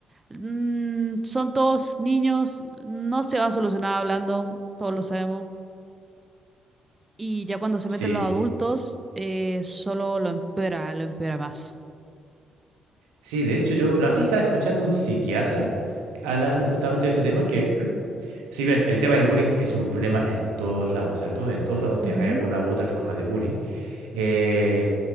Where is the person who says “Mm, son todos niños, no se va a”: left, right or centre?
Right